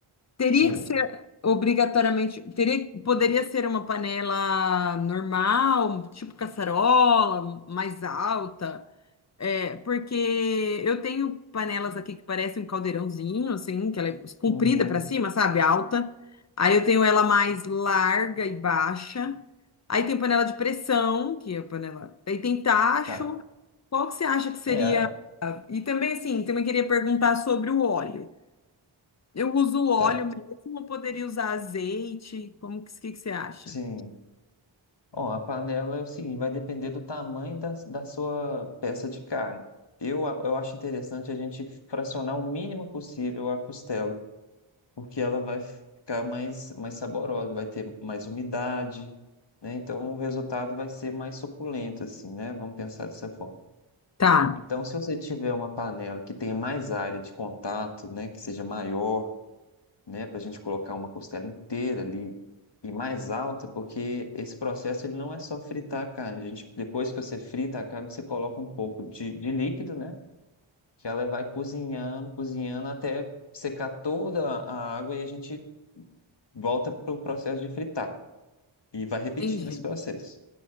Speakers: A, on the left; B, on the left.
A: Teria
B: Sim.
A: que ser obrigatoriamente, teria, poderia ser uma panela normal, tipo caçarola, mais alta, é, porque eu tenho panelas aqui que parecem um caldeirãozinho, assim, que ela é comprida
B: Uhum.
A: para cima, sabe? Alta. Aí eu tenho ela mais larga e baixa. Aí tem panela de pressão, que é a panela. Aí tem tacho.
B: Tá.
A: Qual que você acha que seria
B: É, a-
A: e também, assim, também queria perguntar sobre o óleo. Eu uso o óleo
B: tá.
A: mesmo ou poderia usar azeite? Como que, que que você acha?
B: Sim. Ó, a panela é o seguinte, vai depender do tamanho da, da sua peça de carne. Eu, a- eu acho interessante a gente fracionar o mínimo possível a costela porque ela vai ficar mais, mais saborosa, vai ter mais umidade, né? Então o resultado vai ser mais suculento, assim, né? Vamos pensar dessa forma.
A: Tá,
B: Então, se você tiver uma panela que tenha mais área de contato, né, que seja maior, né, para a gente colocar uma costela inteira ali e mais alta, porque esse processo ele não é só fritar a carne. A gente, depois que você frita a carne, você coloca um pouco de, de líquido, né? que ela vai cozinhando, cozinhando até secar toda a água e a gente volta para o processo de fritar e vai repetindo
A: entendi.
B: esse processo.